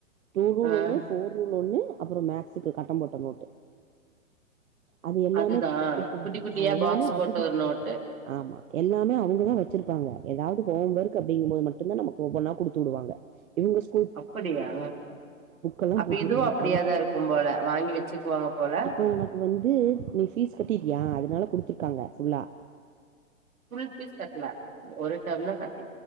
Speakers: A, on the right; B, on the right.
A: டூ ரூல்
B: ஆ
A: ஒன்னு ஃபோர் ரூல் ஒண்ணு அப்புறோ மக்ஸுக்கு கட்டம் போட்ட நோட்டு அது எல்லாமே
B: அதுதான் குட்டி குட்டியா
A: அ எல்லாமே
B: பாக்ஸ் போட்ட
A: அபகு
B: ஒரு நோட்டு
A: ஆமா எல்லாமே அவங்கதா வச்சிருப்பாங்க ஏதாவது ஹோம் ஒர்க் அப்படிங்கு போது மட்டுந்தா நமக்கு ஒவ்வொன்னா குடுத்து விடுவாங்க இவங்கஸ்
B: அப்படியா
A: எல்லா
B: அப்ப
A: புது
B: இதுவு அப்படியாதா
A: ஆனா
B: இருக்கும் போல வாங்கி வெச்சுக்குவாங்க போல
A: இப்போ உனக்கு வந்து நீ ஃபீஸ் கட்டிட்டியா அதனால குடுத்துருக்காங்க ஃபுல்லா
B: ஃபுல் ஃபீஸ் கட்ல ஒரு டேம்தா கட்